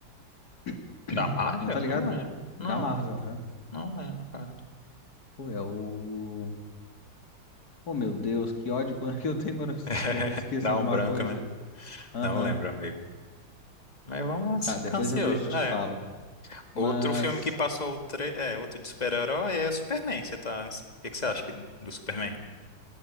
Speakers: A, on the left; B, on the left.
A: <clears throat>
B: Da Marvel?
A: Não tá ligado?
B: Não lembro.
A: Da
B: Não,
A: Marvel, aham.
B: não lembro, cara.
A: Pô, é o. Oh, meu Deus, que ódio quando- <laughs> que eu tenho quando eu es-
B: <laughs>
A: que eu não esqueço
B: Dá
A: alguma
B: um branco,
A: coisa.
B: né?
A: Aham.
B: Não lembro, amigo. Mas vamos
A: Tá,
B: ficar
A: depois
B: ansioso.
A: eu vejo e te
B: É,
A: falo. Mas
B: outro filme que passou, o tre... é, outro de super-herói é Superman. Você tá... O que que você acha que- do Superman?